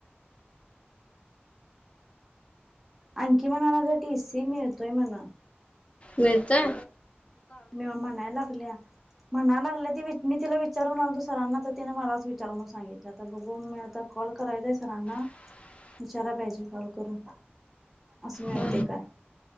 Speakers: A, in the centre; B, on the left.
A: अंकी म्हणाला लागल्या टी सी मिळतोय म्हणा.
B: मिळतोय
A: मी म्हणाय लागल्या. म्हणाय लागलं ती वि मी तिला विचार लालतो सरांना तर तिने मलाच विचार सांगितलं तर बघून म. आता कॉल करराचय सरांना.
B: <inaudible>
A: विचारा पाहिजे कॉल करून, असं मिळते
B: हा
A: काय?